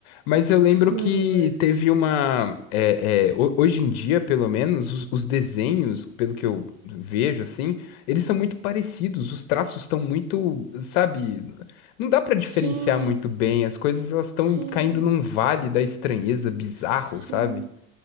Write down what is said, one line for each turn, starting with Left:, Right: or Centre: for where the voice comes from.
Left: Mas eu lembro
Right: Não,
Left: que
Right: velho.
Left: teve uma. é, é, ho- hoje em dia, pelo menos, os, os desenhos, pelo que eu vejo, assim, eles são muito parecidos. Os traços estão muito, sabe? Não dá pra diferenciar
Right: Sim,
Left: muito bem. As coisas elas estão
Right: sim,
Left: caindo num vale da estranheza bizarro,
Right: sim.
Left: sabe?